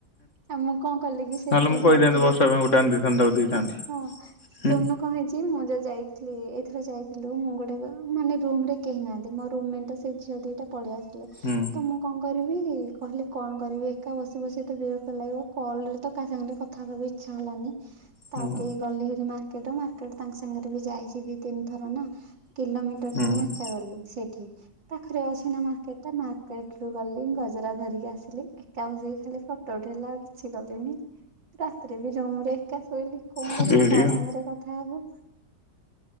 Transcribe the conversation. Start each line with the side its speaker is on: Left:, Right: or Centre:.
Right: ଆଉ ମୁଁ କଣ କଲି କି ସେଇଥର
Left: ନହେଲେ ମୁଁ
Right: ଯାଇଥିଲି
Left: କହିଥାନ୍ତି ବର୍ଷା ପାଇଁ ଗୋଟେ ଆଣି ଦେଇଥାନ୍ତି ତାକୁ ଦେଇଥାନ୍ତି
Right: ହଁ ସୋନୁ
Left: ହୁଁ
Right: କହିଛି ମୁଁ ଯ ଯାଇଥିଲି ଏଇଥର ଯାଇଥିଲୁ ମୁଁ ଗୋଟେ ମାନେ ରୁମ ରେ କେହି ନାହାନ୍ତି ମୋ ରୁମ ମେଟ ସେ ଝିଅ ଦିଟା ପଳି ଆସିଲେ।
Left: ହୁଁ।
Right: ତ ମୁଁ କଣ କରିବି କହିଲି କଣ କରିବି ଏକା ବସିତ ବିରକ୍ ଭଲ ଲାଗିବ କଲ ରେ ତ କାହା ସାଙ୍ଗରେ କଥା ହବାକୁ ଇଚ୍ଛା ହେଲାନି
Left: ହୁଁ
Right: ତାପରେ ଗଲିହେରି ମାର୍କେଟ ମାର୍କେଟ ତାଙ୍କ ସାଙ୍ଗରେ ବି ଯାଇଛି ଦି ତିନି ଥର ନା କିଲୋମିଟରଟା
Left: ହୁଁ
Right: ମୁଁ ହେ ଗଲି ସେଇଠି। ପାଖରେ ଅଛି ନା ମାର୍କେଟ ଟା ମାର୍କେଟ ରୁ ଗଲି ଗଜରା ଧରିକି ଆସିଲି ଏକା ବସିକି ଖାଲି ଫ ଟୋ ଉଠେଇଲା ଆଉ କିଛି କଲିନି ରାତିରେ ବି ରୁମ ରେ ଏକା ଶୋଇଲି କଣ
Left: ହୁଁ
Right: କରିବି
Left: ସେଇଠିକା
Right: କାହା ସାଙ୍ଗେରେ ଗ ଥା ହବ।